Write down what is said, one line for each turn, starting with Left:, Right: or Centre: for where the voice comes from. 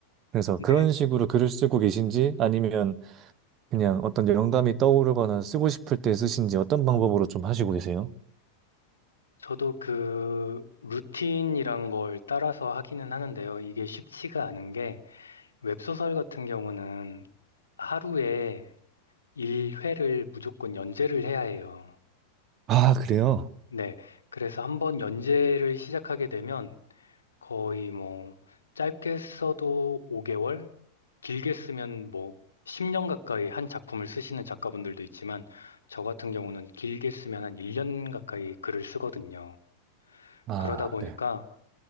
Right: 그래서
Left: 네.
Right: 그런 식으로 글을 쓰고 계신지 아니면 그냥 어떤 영감이 떠오르거나 쓰고 싶을 때 쓰신지 어떤 방법으로 좀 하시고 계세요?
Left: 저도 그 루틴이란 걸 따라서 하기는 하는데요. 이게 쉽지가 않은 게 웹소설 같은 경우는 하루에 1회를 무조건 연재를 해야 해요.
Right: 아, 그래요?
Left: 네. 그래서 한번 연재를 시작하게 되면 거의 뭐 짧게 써도 5개월, 길게 쓰면 뭐 10년 가까이 한 작품을 쓰시는 작가분들도 있지만 저 같은 경우는 길게 쓰면 한 1년 가까이 글을 쓰거든요.
Right: 아,
Left: 그러다 보니까
Right: 네.